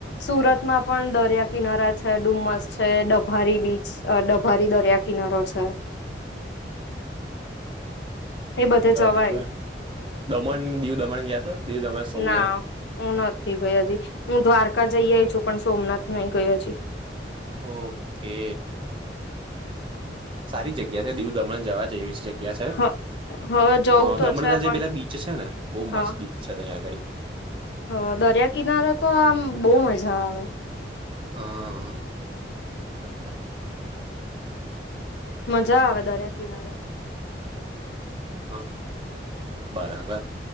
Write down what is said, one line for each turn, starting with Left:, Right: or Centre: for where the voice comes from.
Left: સુરતમાં પણ દરિયા કિનારા છે, ડુમસ છે, ડભારી બીચ અ ડભારી દરિયા કિનારો છે.
Right: <inaudible>
Left: એ બધે
Right: બરાબર.
Left: જવાય
Right: દમણ, દીવ દમણ ગયા છો? દીવ દમણ
Left: ના
Right: સોમનાથ?
Left: હું નથી ગય હજી, હું દ્વારકા જઈ આઈ છું પણ સોમનાથ નઈ ગઈ હજી.
Right: ઓકે. સારી જગ્યા છે, દીવ દમણ જવા જેવી શ જગ્યા છે. હે!
Left: હ હવે જવું
Right: અ
Left: તો
Right: દમણના
Left: છે પણ
Right: જે પેલા બીચ છે ને! બઉ
Left: હ
Right: મસ્ત બીચ તયાં અગાડી.
Left: હ દરિયા કિનારે તો આમ, બઉ મજા આવે.
Right: અ, બરાબર.
Left: મજા આવે દરિયા કિનારે.
Right: હા. બરાબર.